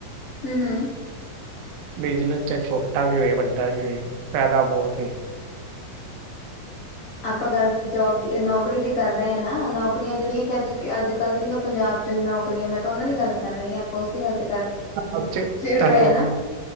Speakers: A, on the left (about 85°); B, on the right (about 85°).
A: ਹੂੰ, ਹੂੰ
B: ਬਿਜਨਸ ਚਾਹੇ ਛੋਟਾ ਵੀ ਹੋਏ, ਚਾਹੇ ਵੱਡਾ ਵੀ ਹੋਏ, ਫੈਦਾ ਬਹੁਤ ਏ।
A: ਆਪਾਂ ਗੱਲ ਤਾਂ ਜੋਬ ਦੀ ਨੌਕਰੀ ਦੀ ਕਰ ਰਹੇ ਆਂ ਨਾ, ਨੌਕਰੀਆਂ ਜਿਹੜੀਆਂ ਕਿ ਅੱਜ- ਅੱਜ ਕੱਲ੍ਹ ਜਿਹੜੀਆਂ ਪੰਜਾਬ ਚ' ਨੌਕਰੀਆਂ। ਮੈਂ ਤਾਂ ਉਹਨਾਂ ਦੀ ਗੱਲ ਕਰ ਰਹੀ ਹਾਂ, ਆਪਾਂ ਉਸਦੀ ਗੱਲ ਤੇ ਕਰ
B: ਜੌਬ ਚ'
A: ਛੇੜ
B: ਤਹਾਨੂੰ
A: ਰਹੇ ਹਾਂ ਨਾ